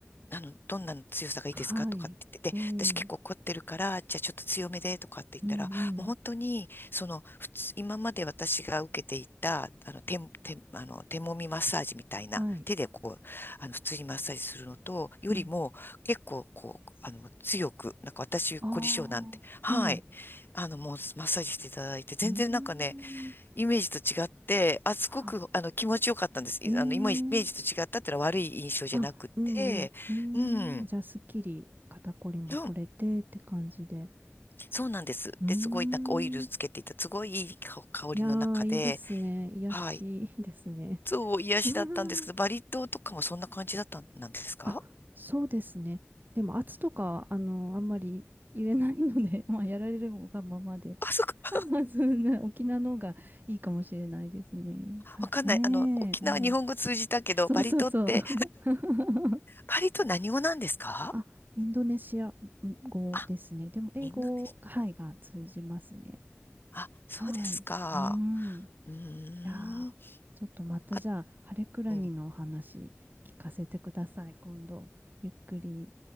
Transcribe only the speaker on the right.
はい。ええ。
うんうん。
はい。
うん。
ああ。
ええ。
うーん。
は。
ええ。
あ、うんうん。
ええ。じゃあ、すっきり肩こりも取れてって感じで。
うー
ん。
いやー、いいですね。癒やし、
いいですね。
<laughs> うーん
あ、そうですね。でも圧とかは、あの、あんまり言えないので、<laughs> まあ、やられるがままで、
<laughs> あ、まあ、そんな、沖縄の方がいいかもしれないですね。は、
ねえ、
うん。そうそうそう。
<laughs>
あ、インドネシア語ですね。
でも、英語、
はい、が通じますね。
はい。うん。い
やーちょっとまたじゃあ、
ハレクラニのお話聞かせてください、
今度。ゆっくり。